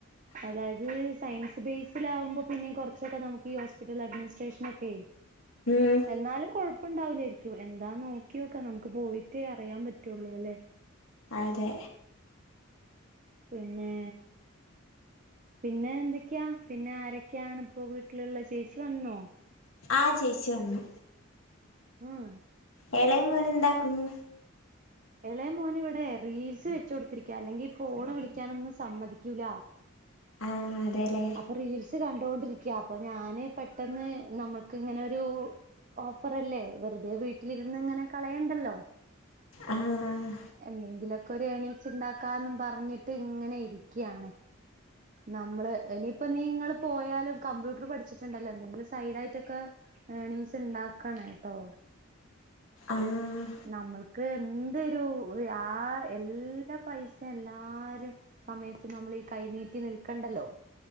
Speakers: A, on the right; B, on the left.
A: അതായത് സയൻസ് ബേസൽ ആകുമ്പോ പിന്നെ കുറച്ചൊക്കെ നമുക്ക് ഈ ഹോസ്പിറ്റൽ അഡ്മിനിസ്ട്രേഷന ഒക്കെ
B: ഉം
A: എന്നാലും കൊഴപ്പ പ്പണ്ടാവില്ലായിരിക്കും എന്താ നോക്കിയോക്കാ. നമുക്ക് പോയിട്ടേ അറിയാൻ പറ്റുള്ളൂ അല്ലേ
B: അതെ
A: പിന്നെ പിന്നെ എന്തൊക്കെയാ പിന്നെ ആരൊക്കെയാണ് ഇപ്പോവീട്ട വീട്ടിലുള്ള ചേച്ചി വന്നോ
B: ആഹ് ചേച്ച വന്നു
A: ഉം
B: എളേ മോനെന്താക്കുന്നു
A: എളേ മോൻ ഇവിടെ റീൽസ് വെച്ച കൊടുത്തിരിക്ക അല്ലെങ്കിൽ ഫോണ് വിളിക്കാനൊന്നും സമ്മതിക്കൂല
B: <inaudible> അതെല്ലേ
A: അപ്പൊ റീൽസ് കണ്ടൊണ്ടിരിക്കയാ അപ്പൊ ഞാന് പെട്ടെന്ന് നമ്മൾക്ക് ഇങ്ങനെരു ഓഫറല്ലേ വെറുതെ വീട്ടിലിരുന്ന് ഇങ്ങനെ കളയണ്ടല്ലോ
B: ആഹ്
A: എന്തെങ്കിലൊക്കെ ഒരു ഏണിങ്സ് ഉണ്ടാക്കാും പറഞ്ഞിട്ട് ഇങ്ങനെ ഇരിക്കാണ് നമ്മളെ ഇനിയിപ്പ നിങ്ങള് പോയാലും കമ്പ്യൂട്ടർ പഠിച്ചിട്ടുണ്ടല്ലോ എന്തങ്കിലും സൈഡായിട്ടൊക്കെ ഏണിങ്സ് ഉണ്ട ആക്കണ ഏട്ടോ
B: ആഹ്
A: നമ്മൾക്ക് എന്തൊരു ആ എല്ലാ പൈസയും എല്ലാരും സമയത്ത് നമ്മളീ കൈനീട്ടി നിൽക്കണ്ടല്ലോ